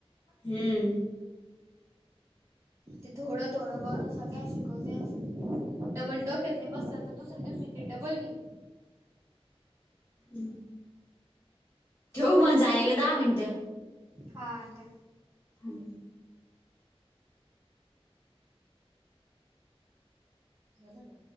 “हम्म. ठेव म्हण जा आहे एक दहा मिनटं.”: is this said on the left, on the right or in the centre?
Left